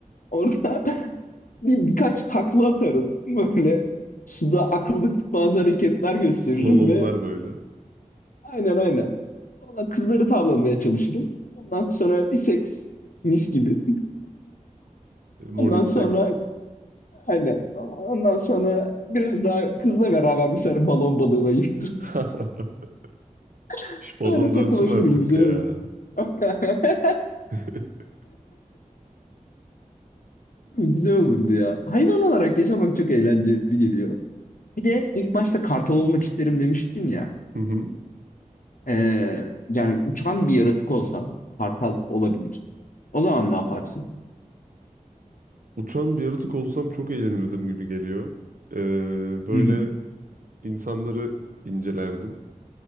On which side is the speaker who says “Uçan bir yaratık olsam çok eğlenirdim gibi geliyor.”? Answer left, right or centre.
Right